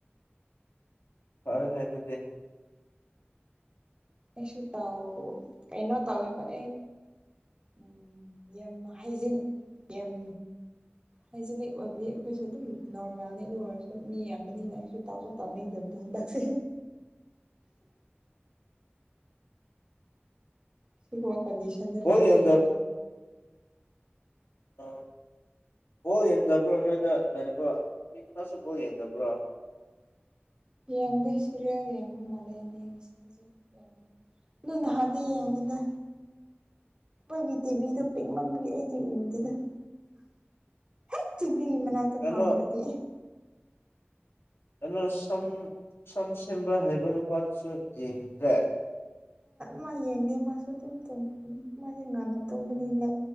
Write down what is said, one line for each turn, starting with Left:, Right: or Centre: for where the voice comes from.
Left: ꯐꯔꯅ ꯍꯥꯏ ꯑꯗꯨꯗꯤꯦ
Right: ꯑꯩꯁꯨ ꯇꯧ ꯀꯩꯅꯣ ꯇꯧꯋꯦꯕ ꯑꯦ ꯎꯝ ꯌꯥꯝ ꯍꯥꯏꯖꯤꯟ ꯌꯥꯝ ꯍꯥꯏꯖꯤꯅꯤꯛ ꯑꯣꯏꯕꯗꯤ ꯑꯩꯈꯣꯏꯁꯨ ꯑꯗꯨꯝ ꯅꯣꯔꯃꯦꯜꯅꯤ ꯑꯗꯨ ꯑꯣꯏꯔꯁꯨ ꯃꯤ ꯌꯥꯝꯕꯅꯤꯅ ꯑꯩꯁꯨ ꯇꯥꯎꯁꯨꯣꯛ ꯇꯥꯎꯅꯤꯡꯗꯕꯗꯣ ꯍꯟꯗꯛꯁꯦ ꯁꯤꯒꯕ ꯀꯟꯗꯤꯁꯟ ꯑ
Left: ꯕꯣꯜ
Right: ꯂꯩꯦ
Left: ꯌꯦꯡꯗ ꯑ ꯕꯣ ꯌꯦꯡꯗꯕ꯭ꯔꯣ ꯅꯣꯏꯗ ꯂꯩꯕ꯭ꯔꯣ ꯃꯤꯗꯨꯅꯁꯨ ꯕꯣ ꯌꯦꯡꯗꯕ꯭ꯔꯣ
Right: ꯌꯦꯡꯗꯣꯏ ꯁꯤꯔꯦ ꯌꯦꯡꯉꯨ ꯃꯥꯜꯂꯦ ꯌꯦꯡꯉꯁꯤ ꯍꯧꯖꯤꯛ ꯑꯗꯨꯣꯏ ꯅꯍꯥꯟꯗꯤ ꯌꯦꯡꯉꯤꯗ ꯑꯩꯈꯣꯏꯒꯤ ꯇꯤꯚꯤꯗꯣ ꯄꯤꯛꯃꯕꯒꯤ ꯑꯩꯗꯤ ꯎꯗꯦꯗ ꯍꯦꯛ ꯇꯤꯚꯤꯒꯤ ꯃꯅꯥꯛꯇ
Left: ꯀꯩꯅꯣ
Right: ꯐꯪꯗ꯭ꯔꯗꯤ
Left: ꯀꯩꯅꯣ ꯁꯝ ꯁꯝ ꯁꯦꯝꯕ ꯍꯥꯏꯕ ꯅꯨꯄꯥꯗꯨꯁꯨ ꯌꯦꯡꯗ꯭ꯔꯦ
Right: ꯃꯥ ꯌꯦꯡꯗꯦ ꯃꯥꯁꯨ ꯑꯗꯨꯝ ꯇꯨꯝꯅꯤ ꯃꯥꯁꯦ ꯉꯥꯟꯟꯅ ꯇꯨꯝꯕꯅꯤ ꯂ